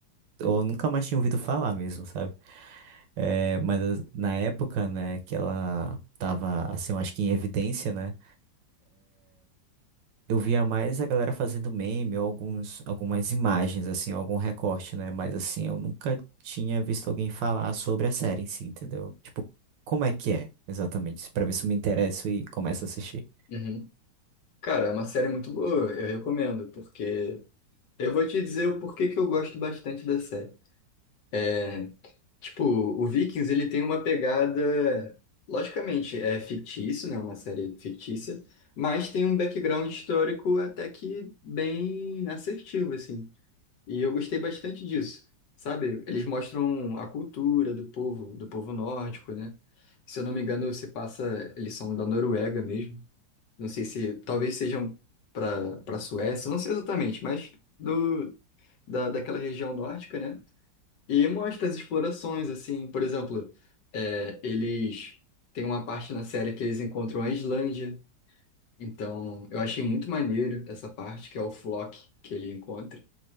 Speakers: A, on the right; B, on the left.
A: Eu nunca mais tinha ouvido falar mesmo, sabe? É, mas na época, né, que ela tava, assim, eu acho que em evidência, né? Eu via mais a galera fazendo meme ou alguns, algumas imagens, assim, algum recorte, né? Mas, assim, eu nunca tinha visto alguém falar sobre a série em si, entendeu? Tipo, como é que é, exatamente? Pra ver se eu me interesso e começo a assistir.
B: uhum. Cara, é uma série muito boa, eu recomendo, porque eu vou te dizer o porquê que eu gosto bastante da série. É, tipo, o Vikings, ele tem uma pegada, logicamente, é fictício, né? Uma série fictícia, mas tem um background histórico até que bem assertivo, assim. E eu gostei bastante disso, sabe? Eles mostram a cultura do povo, do povo nórdico, né? Se eu não me engano, se passa, eles são da Noruega mesmo. Não sei se, talvez sejam para para Suécia, não sei exatamente, mas do da, daquela região nórdica, né? E mostra as explorações, assim, por exemplo, é, eles tem uma parte na série que eles encontram a Islândia. Então, eu achei muito maneiro essa parte que é o Flock que ele encontra.